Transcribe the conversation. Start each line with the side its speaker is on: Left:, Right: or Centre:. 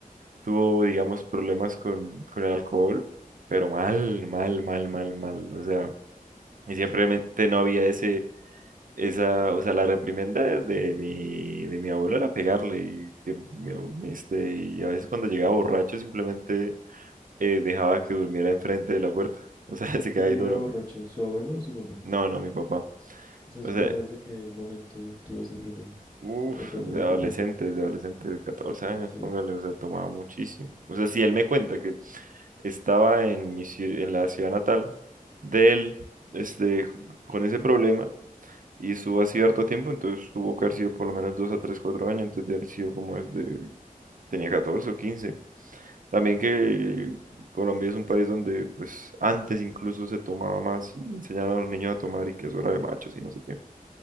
Right: tuvo, digamos, problemas con, con el alcohol, pero mal, mal, mal, mal, mal. O sea, y simplemente no había ese, esa, o sea, la reprimenda de de mi, de mi abuelo era pegarle y que, mi este, y a veces cuando llegaba borracho simplemente eh, dejaba que durmiera enfrente de la puerta. <laughs> O sea, se
Left: ¿Quién
Right: quedaba
Left: llega
Right: ahí duro.
Left: borracho? ¿Su abuelo o su papá?
Right: No, no, mi papá.
Left: O sea,
Right: O
Left: ¿su
Right: sea,
Left: papá desde qué momento tuvo ese problema?
Right: Uf,
Left: ¿O cuándo
Right: de
Left: fue
Right: adolescentes,
Left: que empezó?
Right: de adolescentes de catorce años,
Left: Ok.
Right: póngale, o sea, tomaba muchísimo. O sea, si él me cuenta que estaba en mi, ci- en la ciudad natal de él, este, con ese problema, y estuvo así harto tiempo, entonces tuvo que haber sido por lo menos 2 a 3, 4 años, entonces de haber sido como desde, tenía 14 o 15. También que Colombia es un país donde, pues, antes incluso se tomaba más y enseñaban a los niños a tomar y que eso era de machos y no sé qué.